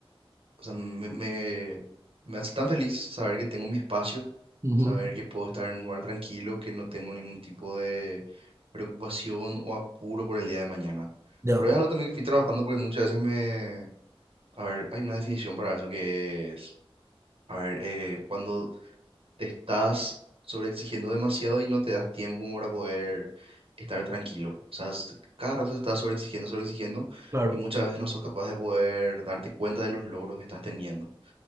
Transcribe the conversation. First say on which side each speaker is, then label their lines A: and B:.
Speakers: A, on the right; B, on the right.
A: O sea, me, me, me hace tan feliz saber que tengo mi espacio,
B: Ujú.
A: saber que puedo estar en un lugar tranquilo, que no tengo ningún tipo de preocupación o apuro por el día de mañana.
B: Ya,
A: Pero es algo también que fui trabajando porque muchas veces me... A ver, hay una definición para eso que es... A ver, eh, cuando te estás sobreexigiendo demasiado y no te das tiempo como para poder estar tranquilo. O sea, s- cada rato te estás sobreexigiendo, sobreexigiendo
B: claro,
A: y muchas veces no sos capaz de poder darte cuenta de los logros que estás teniendo.